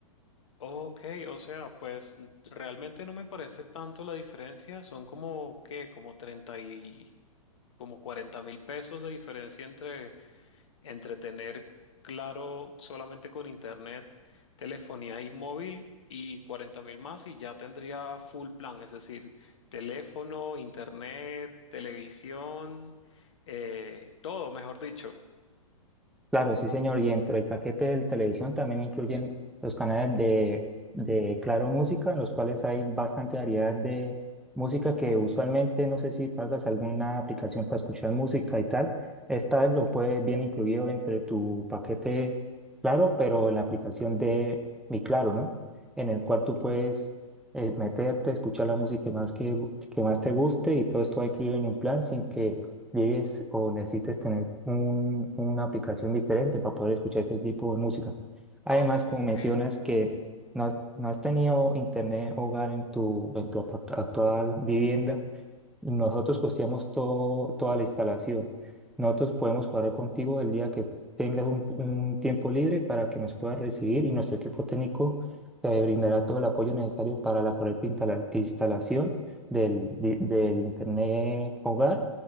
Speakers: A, on the left; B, in the centre.
A: Ok, o sea, pues n- realmente no me parece tanto la diferencia, son como que como 30 y como cuarenta mil pesos de diferencia entre, entre tener Claro solamente con internet, telefonía y móvil y cuarenta mil más y ya tendría full plan, es decir, teléfono, internet, televisión, eh, todo, mejor dicho.
B: Claro, sí, señor. Y dentro del paquete de televisión también incluyen los canales de, de Claro Música, en los cuales hay bastante variedad de música que usualmente, no sé si pagas alguna aplicación para escuchar música y tal. Esta vez lo puedes bien incluido entre tu paquete Claro, pero en la aplicación de Mi Claro, ¿no? En el cual tú puedes eh, meterte, escuchar la música que más, que, que más te guste y todo esto va incluido en un plan sin que llegues o necesites tener un- una aplicación diferente para poder escuchar este tipo de música. Además,
A: Ok,
B: como mencionas que no has, no has tenido internet hogar en tu, en tu apa- actual vivienda, nosotros costeamos todo, toda la instalación. Nosotros podemos cuadrar contigo el día que tengas un, un tiempo libre para que nos puedas recibir y nuestro equipo técnico te brindará todo el apoyo necesario para la correcta instala- instalación del, di- del internet hogar,